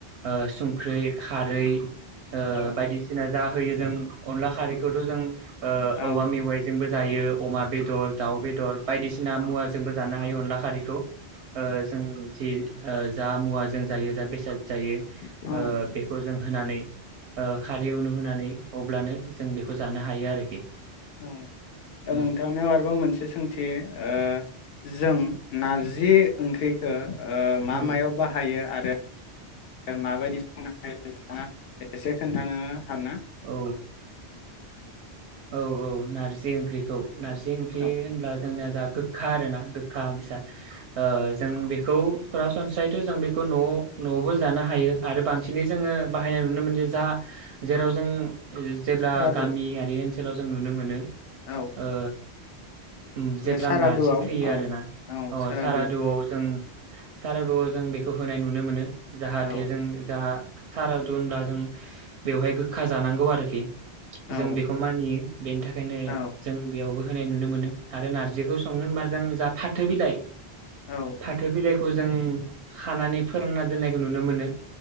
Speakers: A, on the right; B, on the left.
A: ओ संख्रै खारै ओ
B: औ
A: बायदिसिना जाहोयो। जों अनला खारैखौथ' जों ओ
B: औ
A: औवा मेवाइजोंबो जायो। अमा बेदर दाउ बेदर बायदिसि ना
B: औ
A: मुवाजोंबो जानो हायो अनला खारैखौ। ओ जों जि ओ जा मुवा जों जायो जा बेसाद जायो
B: औ
A: ओ बेखौ जों होनानै ओ खारै आवनो होनानै अब्लानो जों बेखौ जानो हायो आरोखि।
B: औ ओ
A: औ
B: नोंथांनियाव आरोबाव मोनसे सोंथि। ओ जों नारजि ओंख्रैखो ओ मा
A: औ
B: मायाव बाहायो आ रो माबायदि <inaudible> एसे खोन्थानो हागोनना?
A: औ औ औ नारजि ओंख्रिखौ। नारजि ओंख्रि
B: औ
A: होनब्ला जोंना जा गोखा आरो ना गो खा बिसार ओ जों बेखौ सरासनस्रायैथ' जों बेखौ न'वाव न'वावबो जानो हायो आरो बांसिनै जोङो बाहायनाय नुनो मोनो जा जेराव जों ओ जेब्ला
B: सारादु
A: गामियारि ओन ओनसोलाव जों नुनो मोनो।
B: औ
A: ओ ओम जेब्ला
B: बे सारादुआव
A: मानसि थैयो
B: औ
A: आरोना
B: औ
A: अ
B: सारादु
A: सारादुवाव जों सारादुवाव
B: औ
A: जों बेखौ होनाय नुनो मोनो। जाहाथे
B: औ
A: जों जाहा सारादु होनबा जों बेवहाय गोखा जानांगौ आरोखि
B: औ
A: जों बेखौ नियो बेनि थाखायनो
B: औ
A: जों बेयावबो होनाय नुनो मोनो। आरो नारजिखौ संनो होनबा जों जा फाथो बिलाइ
B: औ
A: फाथो बिलाइखौ खौ जों खानानै फोरानना दोननायखौ नुनो मोनो।